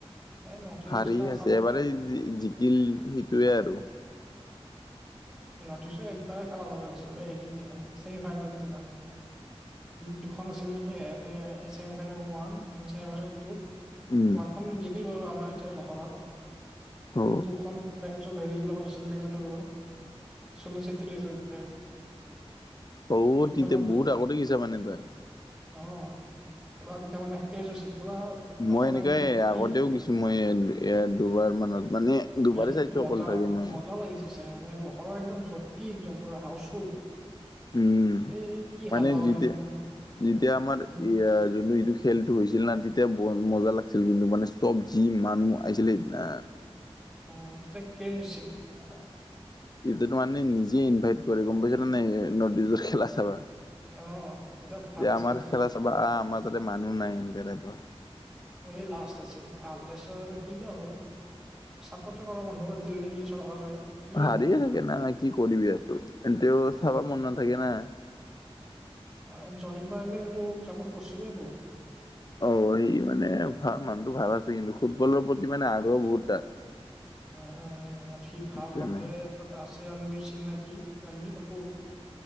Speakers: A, in the centre; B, on the left (about 40°).
A: এ নৰ্থ ইষ্ট
B: হাৰি
A: খেলা চাব
B: আছে এবাৰেই জিকিল সেইটোৱে আৰু।
A: নৰ্থিষ্টৰ একেবাৰেই খেলা চাব গৈছিল এই হেৰীৰ দিনা ছেমি ফাইনেলৰ দিনা। দুখন আছিল নেকি ইয়াতে semi final one semi final টুত।
B: উম
A: ওৱানখন জিকিল বাৰু আমাৰ এতিয়া লখৰাত কিন্ত
B: অ
A: টুখন <unintelligible> হেৰি লগত আছিল বেংগালুৰুো। চুনিল চেতৰি আছিল তাতে।
B: বহুত
A: সিহঁতৰ
B: এতিয়া
A: লগত
B: বহুত আগতে গৈছা মানে তই?
A: অ', পুৰা তেতিয়া মানে <unintelligible> আছিল পুৰা লখৰা
B: মই এনেকাই
A: একদম ভৰ্তি
B: আগতেও গৈছোঁ মই এইয়া দুবাৰ মানত মানে দুবাৰে
A: এই
B: চাইছো
A: মজা
B: অকল চাগে মই
A: মজা লাগিছে চাই মানে লখৰা একদম ভৰ্তি, একদম পুৰা হাউচফুল।
B: উম,
A: এই কি
B: মানে
A: হাল্লা কৰে
B: যেতিয়া
A: মানে
B: যেতিয়া, আমাৰ
A: উম
B: ই জোনটো এইটো খেলটো হৈছিল না তেতিয়া বৰ মজা লাগিছিল কিন্তু, মানে চব যি মানুহ আহিছিলে সেইদিনা।
A: অ', তেতিয়া ক্ৰেজ আছিল <unintelligible>
B: ইটোত মানে নিজে ইনভাইট কৰে গ'ম পাইছ ন নাই নৰ্থিষ্টৰ খেলা চাবা।
A: অ তেতিয়া ভাল
B: যে
A: আছিল
B: আমাৰ
A: ইমান।
B: খেলা চাবা আহ, আমাৰ তাতে মানুহ নাই এনেকা টাইপৰ।
A: এই লাষ্ট আছিল ভাল, তাৰপিছত আৰু কিবা হ'ল চাপৰ্ট কৰা বন্ধ কৰি দিল নেকি চৰকাৰে। কি
B: হাৰিয়ে
A: বা
B: থাকে না, কি কৰিবি আৰু সিহঁতেও চাবা মন নাথাকে না।
A: অ', জন ইব্ৰাহিমে কিন্তু চাপৰ্ট কৰিছে কিন্তু বহুত।
B: অ', সি মানে ভাল মানুহতটো ভাল আছে কিন্তু, ফুটবলৰ প্ৰতি মানে আগ্ৰহ বহুত তাৰ।
A: উম, উম, আৰু সি
B: সেইকাৰণে
A: ভাল মানুহটো এ আছে ৰণবীৰ সিং নকি ৰণবীৰ কাপুৰ।